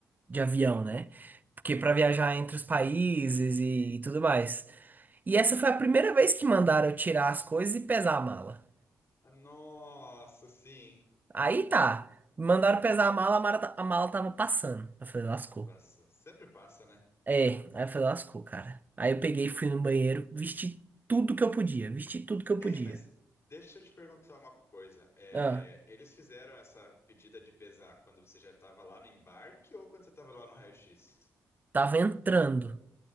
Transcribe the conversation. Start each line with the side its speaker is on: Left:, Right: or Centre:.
Right: de avião, né? Porque
Left: aham.
Right: para viajar entre os países e, e tudo mais. E essa foi a primeira vez que mandaram eu tirar as coisas e pesar a mala.
Left: Ah, Nossa, sim.
Right: Aí tá, mandaram pesar a mala, a mala, ta- a mala tava passando. Eu falei, lascou.
Left: Passa. Sempre passa, né?
Right: É, aí eu falei, lascou, cara. Aí eu peguei, fui no banheiro, vesti tudo que eu podia, vesti tudo que eu
Left: Ei,
Right: podia.
Left: mas deixa eu te perguntar uma coisa. É,
Right: Ah,
Left: eles fizeram essa pedida de pesar quando você já estava lá no embarque ou quando você estava lá no raio-x?
Right: tava entrando,